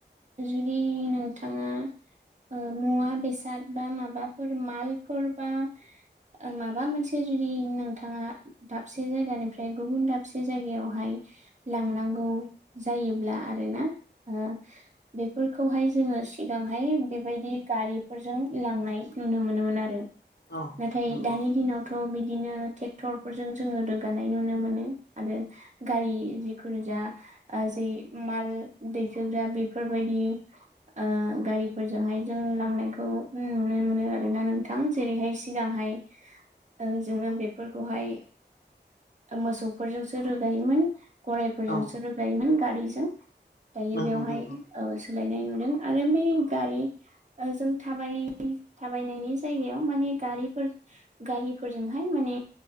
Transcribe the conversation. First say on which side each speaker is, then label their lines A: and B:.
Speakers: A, on the right; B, on the left.
A: जुदि नोंथाङा ओ मुवा बेसाद बा माबाफोर मालफोर बा ओ माबा मोनसे जुदि नोंथाङा दाबसे जायगानि फ्राय गुबुन दाबसे जायगायावहाय लांनांगौ जायोब्ला आरोना ओ बेफोरखौहाय जोङो सिगांहाय बेबायदि गारिफोरजों लांनाय नुनो मोन नो‌ मोनो‌ आरो
B: औ
A: नाथाय
B: नंगौ
A: दानि दिनावथ' बिदिनो ट्रेक्टर फोरजों जोङो रोगा नाय नुनो मोनो आरो गारि जिखुनु जा ओ जे माल दैखो ग्रा बेफोरबायदि ओ गारिफोरजोंहाय जों लांनायखौ नुनो मोनो आरोना नोंथां जेरैहाय सिगांहाय ओ जोङो बेफोरखौहाय ओ मोसौफोरजोंसो रोगायोमोन गरायफोरजोंसो
B: औ
A: रोगायोमोन गारिजों। दायो
B: नंगौ
A: बेवहाय
B: नंगौ
A: ओ सोलायनाय नुदों आरो बे गारि ओजों थाबाय थाबायनायनि जायगायाव माने गारिफोर-गारिफोरजोंहाय मा ने